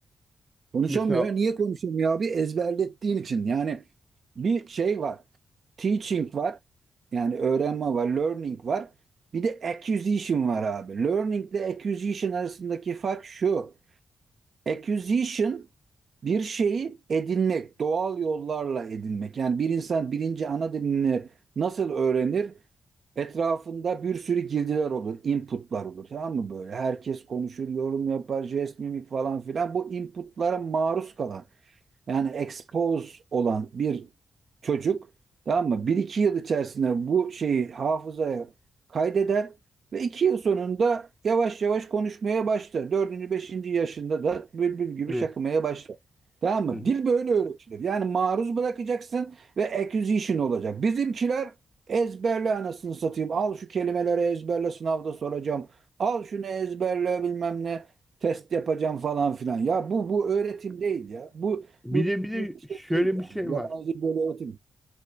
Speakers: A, on the right; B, in the centre.
A: Konuşamıyor.
B: Mesela
A: Niye konuşamıyor abi? Ezberlettiğin için. Yani bir şey var. Teaching var. Yani öğrenme var. Learning var. Bir de acquisition var abi. Learning ile acquisition arasındaki fark şu. Acquisition bir şeyi edinmek, doğal yollarla edinmek. Yani bir insan birinci ana dilini nasıl öğrenir? Etrafında bir sürü girdiler olur, inputlar olur. Tamam mı böyle? Herkes konuşur, yorum yapar, jest, mimik falan filan. Bu inputlara maruz kalan yani expose olan bir çocuk tamam mı? Bir iki yıl içerisinde bu şeyi hafızaya kaydeder ve 2 yıl sonunda yavaş yavaş konuşmaya başlar. Dördüncü beşinci yaşında da bülbül gibi
B: evet.
A: şakımaya başlar. Tamam mı?
B: Hı hı.
A: Dil böyle öğretilir. Yani maruz bırakacaksın ve acquisition olacak. Bizimkiler ezberle anasını satayım. Al şu kelimeleri ezberle sınavda soracağım. Al şunu ezberle bilmem ne test yapacağım falan filan. Ya bu bu öğretim değil ya. Bu
B: Bir
A: bu
B: de bir de
A: bir şey
B: şöyle
A: değil yani.
B: bir şey var.
A: Yabancı böyle öğretim.